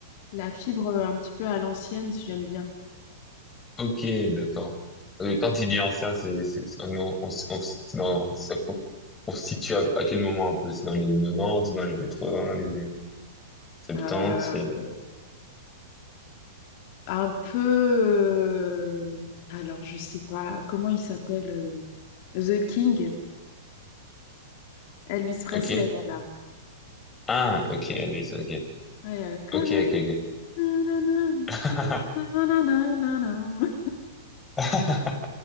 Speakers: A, on the left; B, on the left.
A: la fibre euh, un petit peu à l'ancienne, j'aime bien.
B: Ok, d'accord. Euh, Quand tu dis ancien, c'est, c'est, c'est- on, on, s- on, s- c'est dans- ça co- on se situe à, à quel moment un peu? C'est dans les 90, dans les 80, les 70,
A: Euh,
B: c'est,
A: un peu, euh, alors je sais pas, comment il s'appelle euh, The King, Elvis Presley,
B: ok?
A: voilà.
B: Ah, ok, Elvis, ok.
A: Ouais, euh, Come
B: Ok, ok, ok.
A: on, na, na, na,
B: <laughs>
A: na, na, na, na, na, na.
B: Ok,